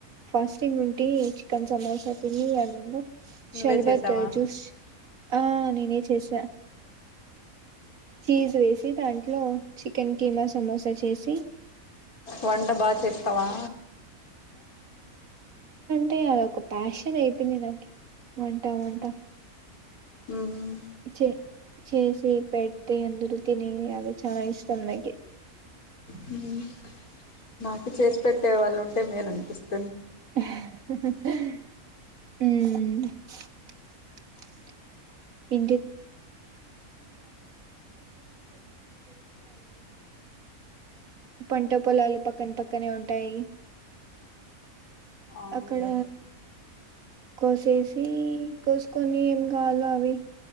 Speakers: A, on the right; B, on the left.
A: ఫాస్టింగ్ ఉంటి చికెన్ సమోసా తినలేదనే ఇప్పుడు శర్బత్జుస్
B: నువ్వే చేసావా
A: ఆ నేనే చేసా చీస్ వేసి దాంట్లో చికెన్ కిీమా సమోసా చేసి
B: వంట బాగా చేస్తావా
A: టే అదోక పాషన్ అయిపోయింద్ నాకి వంటా వంటా
B: ఉహ్ హు
A: చెే చేసి పెట్టి అందరూ తినే అది చాలా ఇష్టం. నాకి
B: హ్మ్ మాకీ చేసి పెట్టే వాళ్ళు ఉంటే. మెల్ అనిపిస్తాద్
A: హ్మ్ ఈ పంట పోలాలు పక్ పక్కన పక్కనే ఉంటాయి.
B: అవునులే
A: అక్కడ కోసేసి కోసుకొని ఏం కావాలో అవి